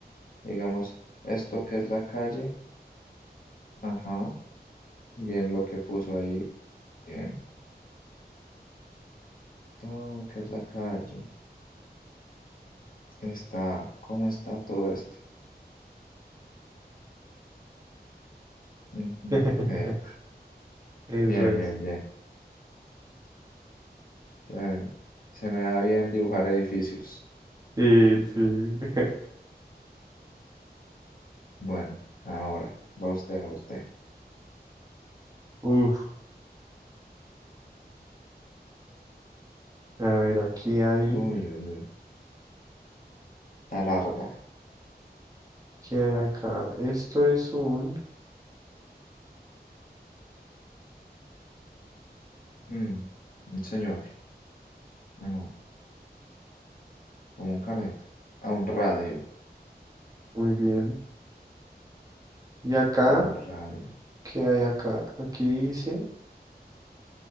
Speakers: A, on the left; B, on the right.
A: Digamos, esto que es la calle, ajá, bien lo que puso ahí, bien. Todo que es la calle, está, ¿cómo está todo esto? Ujú,
B: <laughs>
A: eh,
B: Eso
A: bien,
B: es.
A: bien, bien. Eh, se me da bien dibujar edificios.
B: Sí, sí. <laughs>
A: Bueno, ahora, va usted, a usted.
B: Uf, a ver, aquí hay,
A: Uy, uy, uy, está larga.
B: ¿qué hay acá? Esto es un,
A: Mm, un señor, ah, no, como un carnet, a un radio,
B: muy bien. ¿Y acá?
A: sí, un radio.
B: ¿Qué hay acá? Aquí dice.